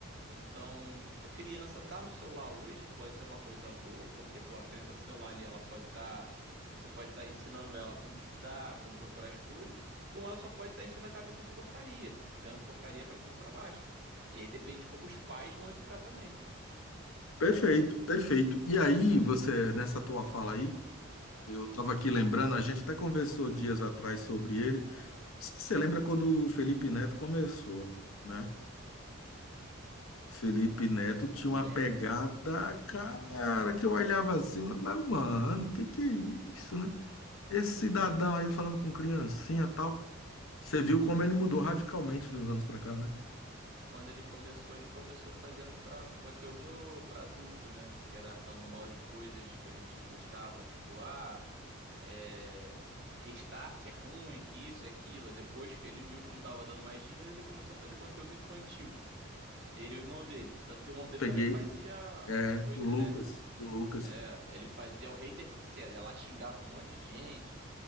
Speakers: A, on the right (about 60°); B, on the left (about 80°).
A: Então, a criança tá no celular hoje, pode ser uma coisa boa, porque pô, a criança no celular ali, ela pode estar Você pode estar ensinando ela como estudar, como procurar as coisas, como ela só pode estar enchendo a cabeça de porcaria, vendo porcaria para cima e para baixo. E aí depende de como os pais vão educar também.
B: Perfeito, perfeito. E aí, você, nessa tua fala aí, eu estava aqui lembrando, a gente até conversou dias atrás sobre ele. Você lembra quando o Felipe Neto começou, né? Felipe Neto tinha
A: Lembro.
B: uma pegada, cara, que eu olhava assim, mas, mano, que que é isso, né? Esse cidadão aí falando com criancinha e tal. Você viu como ele mudou radicalmente de uns anos pra cá, né?
A: E Quando ele começou, ele começou fazendo para conteúdo para adulto, né? Que era falando mal de coisas que a gente gostava, tipo, ah, é... Restart é ruim, que isso, é aquilo. Aí Depois que ele viu que não tava dando mais dinheiro, ele começou a fazer conteúdo infantil. Ele e o irmão dele. Tanto que o irmão
B: Eu
A: dele
B: peguei,
A: também fazia
B: é,
A: coisa,
B: o Lucas,
A: né?
B: o Lucas,
A: Era, ele fazia o hater sincero, ia lá xingava um monte de gente.